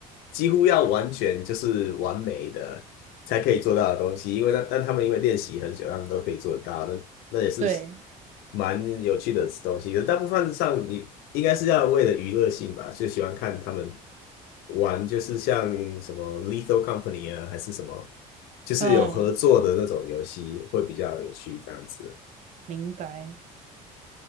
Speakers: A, on the left (about 75°); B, on the right (about 50°).
A: 几乎要完全就是完美的才可以做到的东西，因为那但他们因为练习很久，他们都可以做得到，那那也是
B: 对，
A: 蛮有趣的东西。可是大部分上你应该是要为了娱乐性吧，就喜欢看他们玩，就是像什么《Lethal Company》啊，还是什么。就是有合作的那种游戏会比较有趣，
B: 嗯，
A: 这样子。
B: 明白。